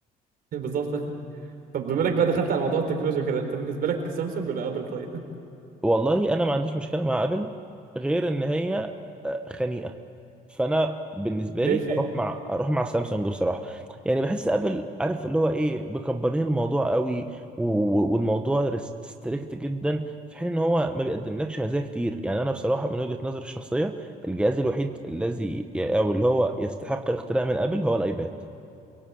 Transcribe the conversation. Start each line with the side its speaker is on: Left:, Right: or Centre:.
Right: <laughs> بالظبط طب بما انك بقى دخلت على موضوع التكنولوجيا كده انت بالنسبه لك سامسونج ولا ابل طيب
Centre: والله انا ما عنديش مشكله مع ابل غير ان هي آه، خنيقه فانا بالنسبه
Right: <laughs> ليه
Centre: لي
Right: في
Centre: اروح مع اروح مع سامسونج بصراحه يعني بحس ابل عارف اللي هو ايه مكبرين الموضوع قوي و- و- والموضوع ريستريكت جدا في حين ان هو ما بيقدملكش مزايا كتير يعني انا بصراحه من وجهه نظري الشخصيه الجهاز الوحيد الذي او اللي هو يستحق الاختراع من ابل هو الايباد